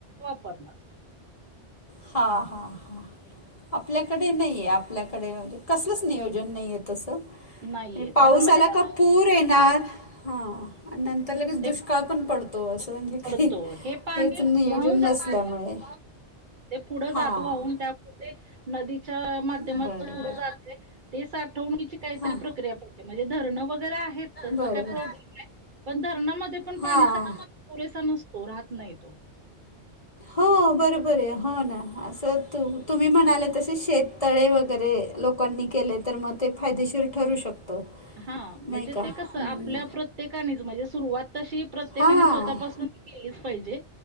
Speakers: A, on the right; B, on the left.
A: वापणार.
B: हा-हा-हा. आपल्याकडे नाहीये आपल्याकडे म्हणजे कसलंच नियोजन नाही आहे तसं. नाही
A: नाहीये
B: म्हणजे पाऊस
A: कारण
B: आला
A: कसं
B: का पूर येणार. हा आणि नंतर लगेच
A: ते
B: दुष्काळ पण पडतो. तो असं म्हणजे
A: पडतो
B: काही
A: हे पाणी
B: हेच नियोजन
A: वाहून जातंय
B: नसल्यामुळे.
A: ते पुढं
B: हां.
A: जात वाहून त्यामुळे ते नदीच्या माध्यमातून
B: बरं बरं.
A: पुढं जात ते ते साठवणीची काहीतरी
B: हा.
A: प्रक्रिया पाही म्हणजे धरणं वगैरे आहेत तरसं
B: बरं,
A: काही प्रॉब्लेम
B: बरं.
A: नाही पण धरणामध्ये पण
B: हा.
A: पाणी सा पुरेसा नसतो राहात नाही तो.
B: हो बरोबर आहे हो ना. असं तु तुम्ही म्हणाले तसे शेततळे वगैरे लोकांनी केले तर मग ते फायदेशीर ठरू शकतं.
A: हा म्हणजे
B: नाही का? हां,
A: ते कसं आपल्या
B: म्हणजे
A: प्रत्येकानेच म्हणजे सुरुवात तशी प्रत्येकाने
B: हां.
A: स्वतःपासून
B: सुरुवातच
A: केलीच पाहिजे